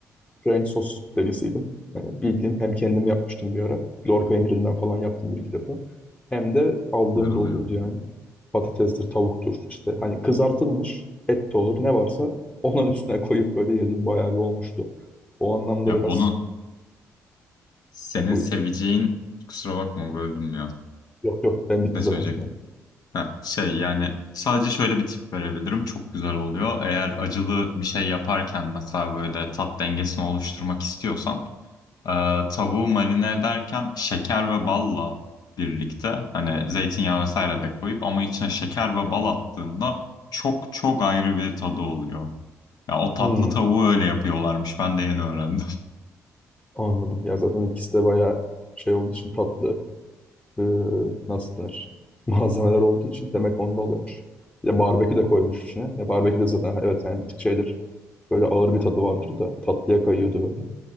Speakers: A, on the left; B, on the left.
A: Ranch sos delisiydim. Yani bildiğin hem kendim yapmıştım bir ara. Lor peynirinden falan yaptım bir iki defa. Hem de aldığım
B: güzel oluyor.
A: da oluyordu yani. Patatestir, tavuktur işte. Hani kızartılmış et de olur ne varsa onun üstüne koyup böyle yediğim bayağı bir olmuştu. O anlamda
B: Ya
A: biraz
B: onu senin
A: yani buyur.
B: seveceğin kusura bakma böldüm ya.
A: Yok yok ben bitti
B: Ne söyleyecektim?
A: zaten şimdi.
B: Ha, şey yani sadece şöyle bir tip verebilirim. Çok güzel oluyor. Eğer acılı bir şey yaparken mesela böyle tat dengesini oluşturmak istiyorsan Ee, tavuğu marine ederken şeker ve balla birlikte hani zeytinyağı vesaire de koyup ama içine şeker ve bal attığında çok çok ayrı bir tadı oluyor. Ya o tatlı
A: Hmm,
B: tavuğu öyle yapıyorlarmış. Ben de yeni öğrendim. <laughs>
A: anladım. Ya zaten ikisi de bayağı şey olduğu için tatlı. Ee, nasıl denir? <laughs> Malzemeler olduğu için demek onda oluyormuş. Ya barbekü de koymuş içine. Ya barbekü de zaten ha, evet yani bir tık şeydir. Böyle ağır bir tadı vardır da tatlıya kayıyordu böyle.